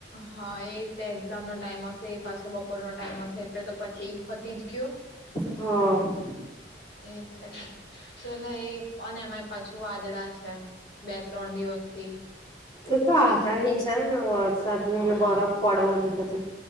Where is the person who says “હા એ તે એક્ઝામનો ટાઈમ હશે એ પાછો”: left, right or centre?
Left